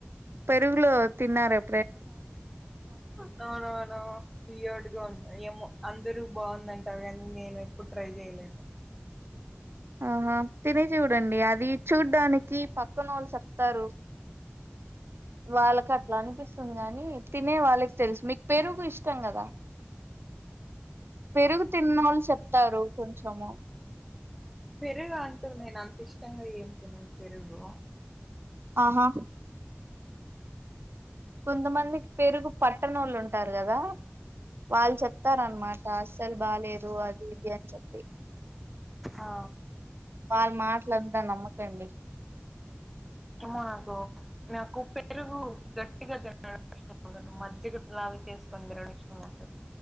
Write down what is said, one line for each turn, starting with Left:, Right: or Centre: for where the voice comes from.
Right: పెరుగులో తిన్నార ఎ
Centre: no no no we heard don't ఏమో అందరు బాగుదంటరు కాని నేను ఎప్పుడు ట్రై చేయలేదు
Right: ఆ హా తిని చూడండి అది చూడ్డానికి పక్కనోళ్ళు చెప్తారు. వాళ్ళకి అట్లా అనిపిస్తుంది గాని, తినే వాళ్ళకి తెలుసు మీకు పెరుగు ఇష్టం కదా పెరుగు తిన్నోళ్ళు చెప్తారు కొంచము
Centre: పెరుగు అంటూ నేను అంత ఇష్టంగా ఏం తినను పెరుగు
Right: ఆహా కొంతమందికి పెరుగు పట్టన్నోళ్ళు ఉంటారు కదా, వాళ్ళు చెప్తారన్నమాట అస్సలు బాలేేదు అది ఇది అని చెప్పి.
Centre: ఆ
Right: వాళ్ళ్ మాటలంతా నమ్మకండి
Centre: ఏమో నాకు నాకు పెరుగు గట్టిగా తినడం ఇష్టం ఉండదు. మజ్జిగ లాగా చేసుకొని తినడం ఇష్టం ఉంటుంది